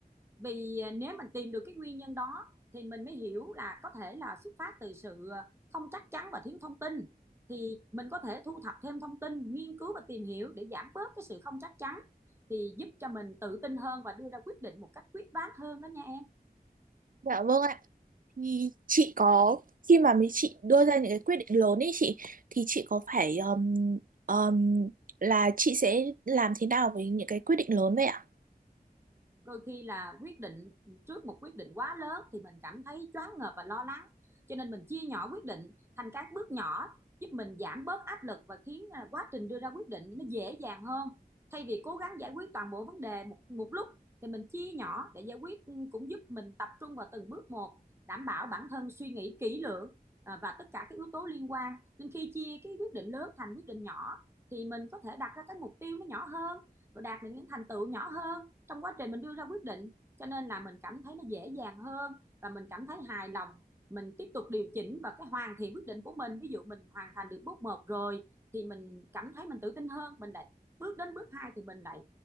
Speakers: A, on the right; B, on the right.
A: vì à, nếu mình tìm được cái nguyên nhân đó thì mình mới hiểu là có thể là xuất phát từ sự à, không chắc chắn và thiếu thông tin thì mình có thể thu thập thêm thông tin nghiên cứu và tìm hiểu để giảm bớt cái sự không chắc chắn thì giúp cho mình tự tin hơn và đưa ra quyết định một cách quyết đoán hơn đó nha em
B: dạ vâng ạ Thì chị có khi mà mấy chị đưa ra những cái quyết định lớn ấy chị thì chị có phải um, um, là chị sẽ làm thế nào với những cái quyết định lớn vậy ạ?
A: đôi khi là quyết định trước một quyết định quá lớn thì mình cảm thấy choáng ngợp và lo lắng cho nên mình chia nhỏ quyết định thành các bước nhỏ giúp mình giảm bớt áp lực và khiến à, quá trình đưa ra quyết định nó dễ dàng hơn thay vì cố gắng giải quyết toàn bộ vấn đề một một lúc thì mình chia nhỏ để giải quyết ừ, cũng giúp mình tập trung vào từng bước một đảm bảo bản thân suy nghĩ kỹ lưỡng à, và tất cả các yếu tố liên quan nên khi chia cái quyết định lớn thành quyết định nhỏ thì mình có thể đặt ra cái mục tiêu nó nhỏ hơn và đạt được những thành tựu nhỏ hơn trong quá trình mình đưa ra quyết định cho nên là mình cảm thấy nó dễ dàng hơn và mình cảm thấy hài lòng mình tiếp tục điều chỉnh và cái hoàn thiện quyết định của mình ví dụ mình hoàn thành được bước một rồi thì mình cảm thấy mình tự tin hơn mình lại bước đến bước hai thì mình lại